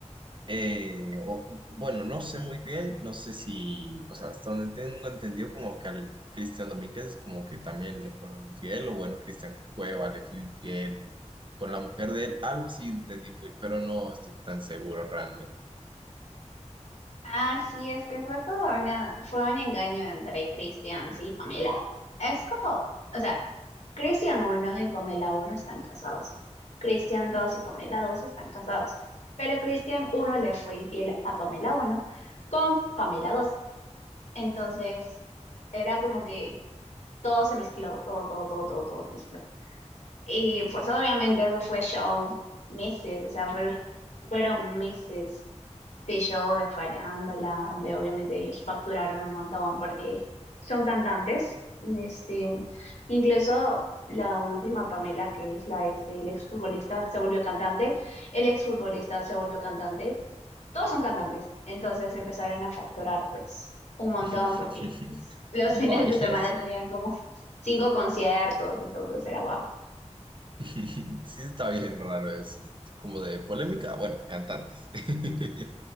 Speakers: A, on the right; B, on the left.
A: Eh, o- bueno, no sé muy bien, no sé si, o sea, hasta donde tengo entendido como que al Cristian Domínguez como que también le fueron infiel, o bueno, Cristian Cueva le fue infiel con la mujer de él, algo así entendí muy, pero no estoy tan seguro realmente.
B: Ah, sí, es que fue todo una, fue un engaño entre Christian y Pamela. Es como, o sea, Christian uno y Pamela uno están casados. Christian dos y Pamela dos están casados. Pero Christian uno le fue infiel a Pamela uno con Pamela dos. Entonces, era como que todo se mezcló, todo, todo, todo, todo, todo se mezcló. Y pues obviamente eso fue show meses, o sea, fueron, fueron meses de show de farándula, donde obviamente ellos facturaron un montón porque son cantantes. Este, incluso la última Pamela, que es la ex del exfutbolista, se volvió cantante. El exfutbolista se volvió cantante. Todos son cantantes. Entonces empezaron a facturar pues un montón
A: <laughs>
B: porque <laughs> los fines
A: Vaya,
B: de semana
A: sí.
B: tenían como cinco conciertos, entonces era guau.
A: <laughs> Sí, está bien raro eso. Como de polémica, bueno, cantantes. <laughs>